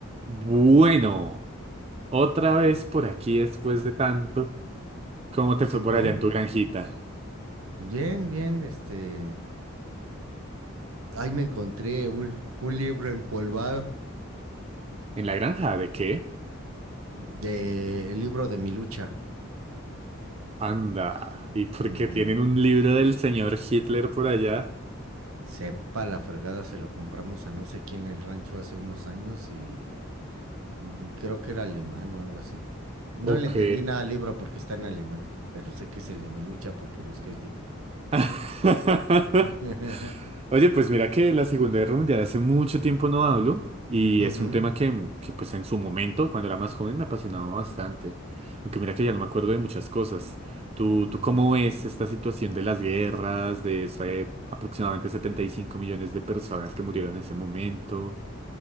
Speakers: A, on the right; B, on the right.
A: Bueno, otra vez por aquí después de tanto. ¿Cómo te
B: Tiempo.
A: fue por allá en tu granjita?
B: Pues bien, bien, este. Ahí me encontré un, un libro empolvado
A: ¿En la granja de qué?
B: de el libro de mi lucha.
A: Anda. ¿Y por
B: Ujú.
A: qué tienen un libro del señor Hitler por allá?
B: Sepa la fregada, se lo compramos a no sé quién en el rancho hace unos años y mm, y creo que era alemán o algo así. No
A: Ok.
B: le entendí nada al libro porque está en alemán, pero sé que es el de mi lucha porque busqué el título.
A: <laughs>
B: <laughs>
A: Oye, pues mira que la Segunda Guerra Mundial hace mucho tiempo no hablo y
B: Ujú,
A: es un tema que, que, pues en su momento, cuando era más joven, me apasionaba bastante. Aunque mira que ya no me acuerdo de muchas cosas. ¿Tú,
B: ujú.
A: tú cómo ves esta situación de las guerras, de esa, eh, aproximadamente 75 millones de personas que murieron en ese momento?